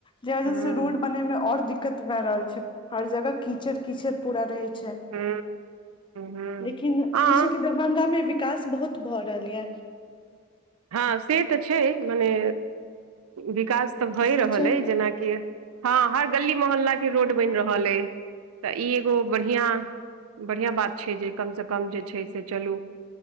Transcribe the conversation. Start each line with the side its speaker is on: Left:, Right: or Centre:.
Left: जैं वजह
Right: हूँ
Left: से रोड बनय मे और दिक्कत भए रहल छै, हर जगह कीचड़ कीचड़ पूरा रहै छैय,
Right: हूँ हूँ
Left: लेकिन ई
Right: हँ
Left: छै कि दरभंगामे वि कास बहुत भऽ रहल यैंऽ
Right: हँ से त छै मने बिकास तऽ भए
Left: से
Right: रहल
Left: छै
Right: अय जेनाकि हँ हर गली मोहल्ला के रोड बनि रहल अय, तऽ ई एगो बढ़ियां बढ़ियाँ बात छ जे कमसँ कम जे छै से चलू